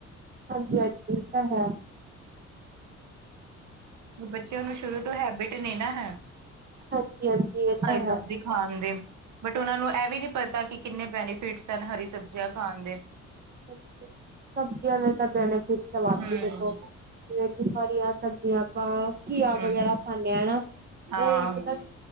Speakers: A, on the right; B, on the right.
A: ਹਾਂਜੀ ਹਾਂਜੀ ਇਹ ਤਾਂ ਹੈ
B: ਬੱਚਿਆਂ ਨੂੰ ਸ਼ੁਰੂ ਤੋਂ ਹੈਬਿਟ ਨਹੀਂ ਨਾ ਹੈ।
A: ਹਾਂਜੀ-ਹਾਂਜੀ, ਇਹ ਤਾਂ
B: ਹਰੀ
A: ਹੈ।
B: ਸਬਜ਼ੀ ਖਾਣ ਦੀ ਉਨਾ ਨੂੰ ਇਹ ਵੀ ਨਹੀਂ ਪਤਾ ਕਿੰਨੇ ਬੈਨੀਫਿਟਸ ਹਨ ਹਰੀ ਸਬਜ਼ੀਆਂ ਖਾਣ ਦੇ
A: ਸਬਜ ਸਬਜ਼ੀਆਂ ਦਾ ਤਾਂ ਬੈਨਫਿਟ ਤੇ
B: ਹਮ
A: ਵਾਧੂ ਦੇਖੋ ਜਿਵੇਂ ਹਰੀਆਂ ਸਬਜ਼ੀਆਂ ਆਪਾਂ, ਘੀਆ
B: ਹਮ
A: ਵਗੈਰਾ ਖਾਂਦੇ ਹਾਂ ਹਨਾ।
B: ਹਾਂ
A: ਓ ਇੱਕ
B: ਹਾਂਜੀ
A: ਤਾ,